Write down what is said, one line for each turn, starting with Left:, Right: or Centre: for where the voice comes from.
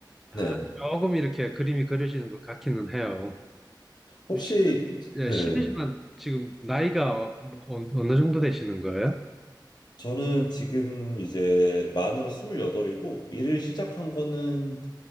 Centre: 아,
Left: 네.
Centre: 조금 이렇게 그림이 그려지는 것 같기는 해요.
Left: 혹시
Centre: 실, 예,
Left: 네,
Centre: 실례지만 지금 나이가 뭐 어- 어느 정도 되시는 거예요?
Left: 저는 지금 이제 만으로 28이고 일을 시작한 거는